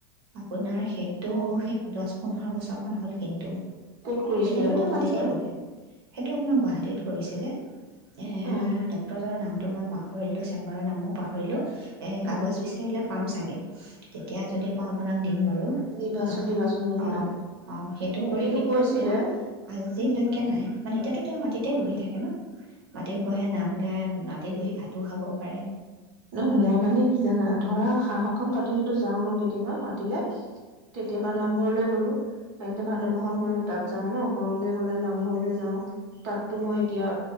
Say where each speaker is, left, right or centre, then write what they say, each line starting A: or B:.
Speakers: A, on the right; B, on the right.
A: আপোনাৰ সেইটো
B: অ
A: সেই দহ পোন্ধৰ বছৰমান হ'ল কিন্তু
B: ক'ত কৰিছিলে
A: এতিয়াতো
B: প্ৰপঞ্চাৰ
A: মাটিতেই বহে সেইটো তেওঁ গুৱাহাটীত কৰিছিলে এ
B: অ
A: ডক্তৰজনৰ নাম ত মই পাহৰিলোঁ চেম্বাৰৰ নামো পাহৰিলোঁ এ
B: উম
A: কাগজ বি পাম চাগে, তেতিয়া যদি পাও আপোনাক দিম বাৰু
B: দিবাচোন
A: অ
B: দিবাচোন নহলে
A: অ অ সেইটো
B: মোক
A: কৰি
B: কিন্তু
A: সেইটো
B: কৈছিলে
A: তেওঁ আজিলৈকে নাই মানে এতিয়াতো তেওঁ মাটিতে বহি থাকে ন মাটিত বহে নাম গায় মাটিত বহি ভাত টো খাব পাৰে
B: ন মই মানে কি জানা, ধৰা সা সকাম পাতিলে তো যাও ন তিবা মাতিলে, কেতিয়াবা নামঘৰলৈ গলো, এনেতো ভাদ মাহত মই তাত যাও ন, ঘৰলে গ'লে নামঘৰলৈ যাও তাততো মই এতিয়া